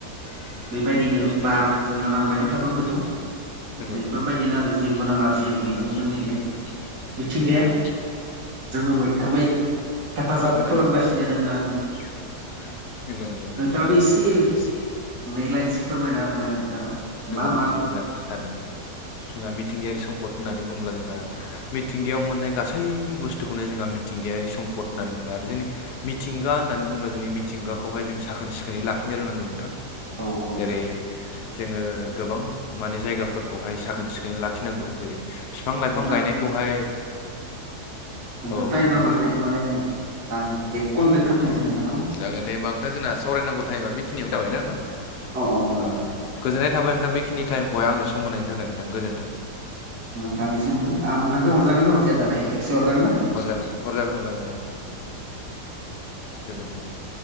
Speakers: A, on the left; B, on the right.
A: <unintelligible>
B: बेबायदिनो बार जोंनो नांबायानो थागोन बेखौ बेफोरबायदिनो
A: <unintelligible>
B: आरो जिउ गोनां आरो जिउ गैयिजों जोंनि बे मिथिंगाया जोंनो मैखोमै हेफाजाब
A: नंगौ नंगौ
B: खालामगासिनो दङ
A: <unintelligible>
B: आरो नोंथाङाबो एसे नै लाइनसो फोरमायना बनाय नोंथाङा
A: नंगौ
B: मा
A: नंगौ
B: मा
A: नोंथां जागोन थारैनो जोंहा मिथिंगायारि सम्पद होननानै बुङोब्ला जोंहा मिथिंगायाव मोननाय गासै बुस्थुखौनो जोंहा मिथिंगायारि सम्पद होन्नानै बुङो आरो जोंनि मिथिंगा होननानै बुंङोब्ला जोंनि मिथिंगाखौहाय जों साखोन सिखोनै लाखिनो रोंनांगोन नोंथां
B: औ औ
A: जेरै
B: नोंथां
A: जोङो गोबां माने जायगाफोरखौहाय साखोन सिखोनै लाखिनांगौ जेरै बिफां लाइफां
B: नोंथां
A: गायनायखौहाय
B: नोंदों
A: औ
B: टाइमा
A: नोंथां
B: बारबाय खोमालाय जों आं बेक कल बेक खालामफिनसै
A: औ
B: नोंथांखौ
A: जागोन दे होमबा नोंथां जोंना सावरायनांगौ टाइमा बेखिनियावानो जाबायनाा नोंथां
B: औ औ नोंथां
A: होमबा गोजोननाय थाबाय नोंथां बेखिनि टाइमखौहाय आंजों सम मोनायनायनि थाखाय नोंथां गोजोन्थों
B: नोंथांनिसिमबो आं नोंथांखौरजागोन दा हरजाया दालाय खेबसे हरजागोन दा
A: हरजागोन हरजागोन हरजागोन नोंथां हराग गोजोनथों